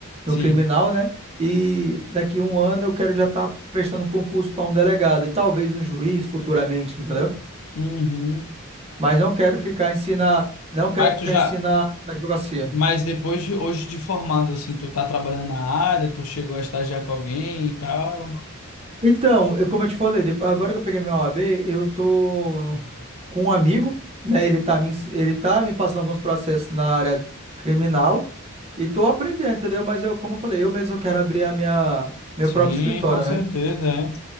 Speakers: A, on the left; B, on the right.
A: Sim.
B: no criminal, né? E daqui um ano eu quero já estar prestando um concurso para um delegado e talvez um juiz futuramente, entendeu?
A: Uhum.
B: Mas não quero ficar ensinar, não quero
A: Mas
B: ficar
A: tu já,
B: ensinar na advocacia.
A: mas depois de hoje de formado, assim, tu tá trabalhando na área, tu chegou a estagiar com alguém e tal.
B: Então, eu- como eu te falei, depo- agora que eu peguei meu OAB, eu tô com um amigo, né? Ele tá me, ens- ele tá me passando alguns processos na área criminal e tô aprendendo, entendeu? Mas eu, como eu falei, eu mesmo quero abrir a minha, meu
A: Sim,
B: próprio escritório,
A: com certeza,
B: né?
A: é.